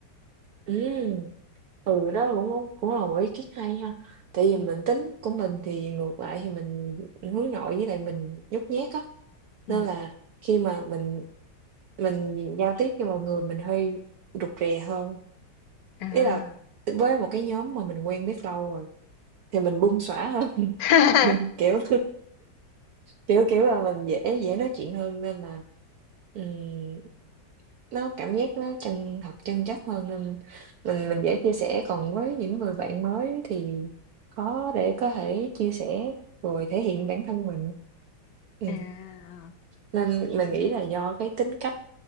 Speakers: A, on the right; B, on the left.
A: Ừm. Ừ, đó là cũng cũng là một ý kiến hay ha. Tại vì
B: Ừ.
A: mình tính của mình thì ngược lại thì mình hướng nội với lại mình nhút nhát á,
B: ừ.
A: nên là khi mà mình Mình giao tiếp với mọi người mình hơi rụt rè hơn,
B: à
A: ý là với một cái nhóm mà mình quen biết lâu rồi thì mình bung xõa hơn, <laughs>
B: <laughs>
A: kiểu, kiểu, kiểu là mình dễ dễ nói chuyện hơn nên là, ừm, nó cảm giác nó chân thật, chân chất hơn nên mình mình dễ chia sẻ. Còn với những người bạn mới thì khó để có thể chia sẻ rồi thể hiện bản thân mình. Ừm,
B: À,
A: nên
B: ừ.
A: mình nghĩ là do cái tính cách